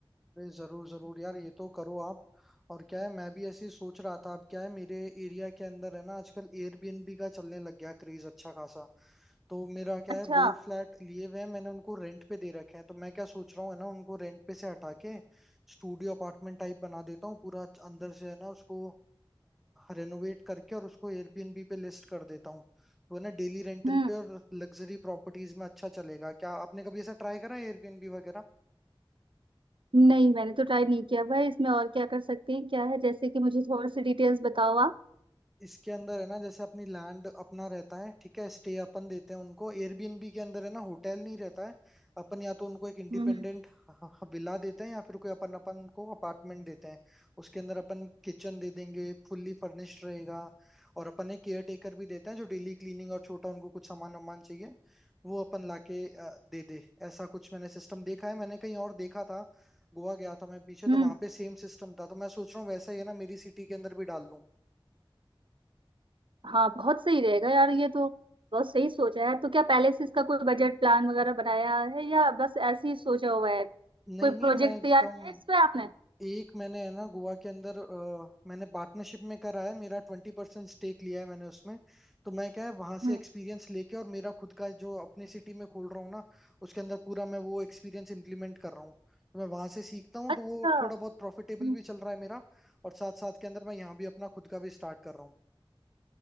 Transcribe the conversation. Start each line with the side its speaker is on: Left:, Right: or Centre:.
Centre: अरे जरूर जरूर यार ये तो करो आप और क्या है मैं भी ऐसे ही सोच रहा था अब क्या है मेरे एरिया के अंदर है ना आजकल एयरबीएनबी का चलने लग गया क्रेज अच्छा खासा तो मेरा क्या
Right: अच्छा
Centre: है दो फ्लैट लिए हुए हैं मैंने उनको रेंट पे दे रखे हैं तो मैं क्या सोच रहा हूँ है ना उनको रेंट पे से हटा के स्टूडियो अपार्टमेंट टाइप बना देता हूँ पूरा अंदर से है ना उसको रेनोवेट करके और उसको एयरबीएनबी पे लिस्ट कर देता हूँ तो है ना डेली रेंटल
Right: हम्म
Centre: पे और लग्जरी प्रॉपर्टीज में अच्छा चलेगा क्या आपने कभी ऐसा ट्राई करा है एयरबीएनबी वगैरह
Right: नहीं मैंने तो ट्राई नहीं किया भाई इसमें और क्या कर सकते हैं क्या है जैसे कि मुझे थोड़ी सी डिटेल्स बताओ आप
Centre: इसके अंदर है ना जैसे अपनी लैंड अपना रहता है ठीक है स्टे अपन देते हैं उनको एयरबीएनबी के अंदर है ना होटल नहीं रहता है अपन या तो उनको एक इंडिपेंडेंट
Right: हम्म
Centre: विला देते हैं या फिर कोई अपन अपन को अपार्टमेंट देते हैं उसके अंदर अपन किचन दे देंगे फुल्ली फर्निश्ड रहेगा और अपन एक केयर टेकर भी देते हैं जो डेली क्लीनिंग और छोटा उनको कुछ सामान वामान चाहिए वो अपन लाके अ, दे दे ऐसा कुछ मैंने सिस्टम देखा है मैंने कहीं और देखा था गोवा गया था मैं पीछे तो
Right: हम्म
Centre: वहां पे सेम सिस्टम था तो मैं सोच रहा हूँ वैसा ही है ना मेरी सिटी के अंदर भी डाल लूं
Right: हाँ बहुत सही रहेगा यार ये तो बहुत सही सोचा है तो क्या पहले से इसका कोई बजट प्लान वगैरह बनाया है या बस ऐसे ही सोचा हुआ है
Centre: नहीं
Right: कोई प्रोजेक्ट
Centre: नहीं मैं एकदम
Right: तैयार किया है इस पे आपने
Centre: एक मैंने है ना गोवा के अंदर अ, मैंने पार्टनरशिप में करा है मेरा ट्वेंटी परसेंट स्टेक लिया है मैंने उसमें तो मैं क्या है वहां
Right: हम्म
Centre: से एक्सपीरियंस लेके और मेरा खुद का जो अपने सिटी में खोल रहा हूँ ना उसके अंदर पूरा मैं वो एक्सपीरियंस इम्प्लीमेंट कर रहा हूँ तो मैं वहां से सीखता हूँ
Right: अच्छा
Centre: तो वो थोड़ा बहुत प्रॉफिटेबल
Right: हम्म,
Centre: भी चल रहा है मेरा और साथ साथ के अंदर मैं यहाँ भी अपना खुद का भी स्टार्ट कर रहा हूँ